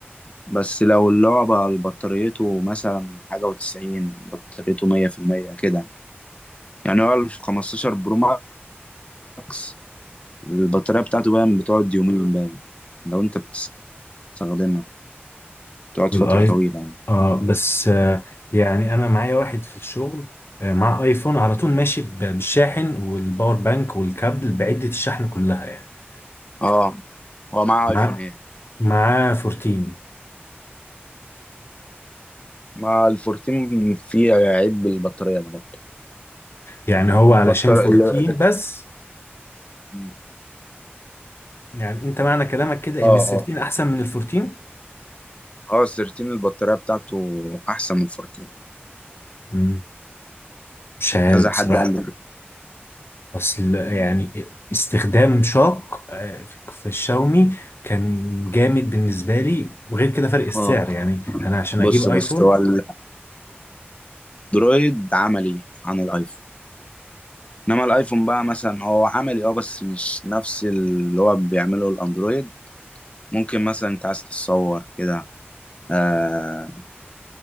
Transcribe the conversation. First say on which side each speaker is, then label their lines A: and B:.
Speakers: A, on the left; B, on the left.
A: بس لو اللي هو بقى بطاريته مثلا حاجة وتسعين بطاريته مية في المية كده يعني هو الخمستاشر برو ماكس البطارية بتاعته بقى بتقعد يومين باين لو انت بتستخدمها تقعد
B: بالاي
A: فترة طويلة يعني.
B: اه بس آه يعني انا معايا واحد في الشغل آه مع ايفون على طول ماشي ب- بالشاحن والباور بانك والكابل بعدة الشحن كلها يعني
A: اه هو معاه
B: مع
A: ايفون ايه
B: معاه 14
A: مع ال14 فيه عيب البطارية ده برضه
B: يعني هو
A: البطارية
B: علشان 14
A: ال-
B: بس
A: <laughs>
B: يعني انت معنى كلامك كده
A: اه
B: ان ال 13
A: اه
B: احسن من ال 14
A: اه 13 البطارية بتاعته احسن من 14
B: مم، مش عارف
A: كذا
B: بصراحة
A: حد قال لي كده.
B: اصل يعني استخدام شاق آه، في الشاومي كان جامد بالنسبة لي وغير كده فرق السعر
A: اه
B: يعني انا عشان اجيب
A: بص
B: ايفون
A: بص هو ال- الاندرويد عملي عن الايفون انما الايفون بقى مثلا هو عملي اه بس مش نفس اللي هو بيعمله الاندرويد ممكن مثلا انت عايز تتصور كده آه